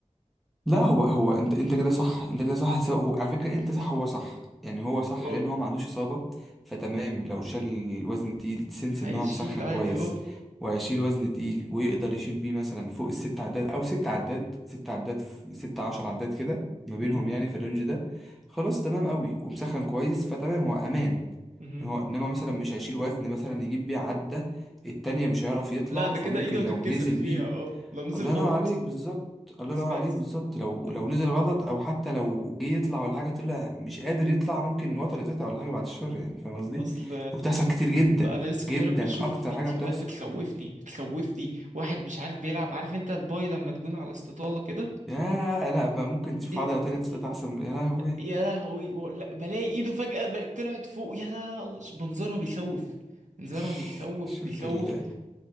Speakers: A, in the centre; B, on the right.
A: لا هو هو انت انت كده صح انت كده صح سواء هو على فكره انت صح هو صح يعني هو صح
B: اه
A: لان هو ما عندوش اصابه فتمام لو شال الوزن التقيل تسنس
B: هيشيل
A: ان هو مسخن
B: عادي
A: كويس
B: اه
A: وهيشيل وزن تقيل ويقدر يشيل بيه مثلا فوق الست عدات او ست عدات ست عدات في- ست عشر عدات كده ما بينهم
B: مم.
A: يعني في الرينج ده خلاص تمام قوي ومسخن كويس فتمام هو امان
B: مهم.
A: إن هو انما مثلا مش هيشيل وزن مثلا يجيب بيه عدة التانية مش هيعرف يطلع
B: لا ده
A: فممكن
B: كده ايده هتتكسر
A: لو نزل
B: فيها
A: بيه
B: اه لو نزل
A: الله
B: غلط
A: ينور عليك بالظبط الله
B: ما سمعت
A: ينور عليك بالظبط لو
B: عن-
A: لو نزل غلط او حتى لو جه يطلع ولا حاجه طلع مش قادر يطلع ممكن وتر يتقطع ولا حاجه بعد الشر يعني فاهم قصدي
B: اصل
A: وبتحصل كتير جدا
B: بقى انا لسه كنت
A: جدا
B: لك بشوف
A: اكتر
B: فيديوهات
A: حاجه بتحصل
B: بتخوفني بتخوفني واحد مش عارف بيلعب عارف انت الباي لما تكون على استطالة كده
A: يا لا بقى ممكن تشوف
B: ايه
A: عضله تانية تتقطع
B: إيه،
A: احسن من- يا لهوي
B: يا لهوي بقول لك بلاقي ايده فجأة بقت طلعت فوق يا الله منظرها بيخوف منظرها
A: <laughs>
B: بيخوف
A: شفت
B: بيخوف
A: ال...